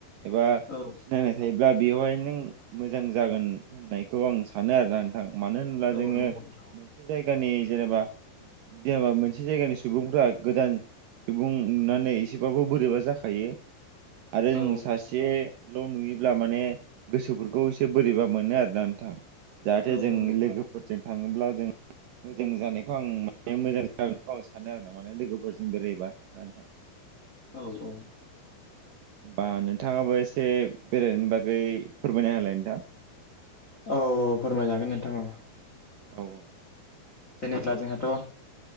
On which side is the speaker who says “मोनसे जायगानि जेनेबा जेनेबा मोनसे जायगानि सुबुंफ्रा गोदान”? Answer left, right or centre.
Right